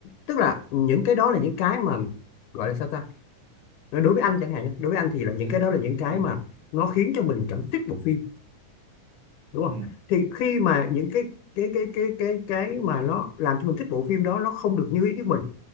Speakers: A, on the left; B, on the right.
A: tức là những cái đó là những cái mà gọi là sao ta đối với anh chẳng hạn nha đối với anh thì là những
B: ừ
A: cái đó là những cái
B: ừ
A: mà nó khiến cho mình cảm thích bộ phim đúng không
B: ừ
A: thì khi mà những cái cái cái cái cái cái mà nó làm cho mình thích bộ phim đó nó không được như ý của mình